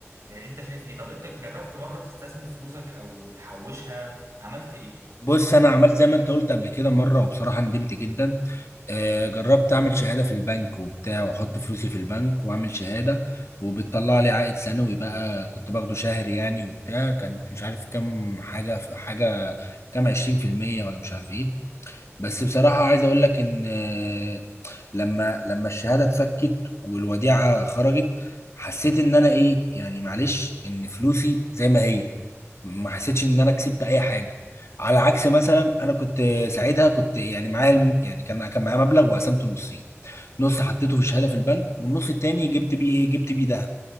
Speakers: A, on the right (about 85°); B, on the left (about 65°).
A: آه، انت شايف ايه طب انت جربت مرة تستثمر فلوسك او تحوشها عملت ايه
B: بص انا عملت زي ما انت قلت قبل كده مره وبصراحه ندمت جدا آه، جربت اعمل شهاده في البنك وبتاع واحط فلوسي في البنك واعمل شهاده وبتطلع لي عائد سنوي بقى كنت باخده شهري يعني وبتاع كانت مش عارف كام حاجه حاجه كام 20% ولا مش عارف ايه بس بصراحه عايز اقول لك ان آه، لما لما الشهاده اتفكت والوديعه خرجت حسيت ان انا ايه يعني معلش ان فلوسي زي ما هي ما حسيتش ان انا كسبت اي حاجه على عكس مثلا انا كنت ساعتها كنت يعني معايا الم- يعني كان كان معايا مبلغ وقسمته نصين نص حطيته في الشهاده في البنك والنص التاني جبت بيه ايه جبت بيه ذهب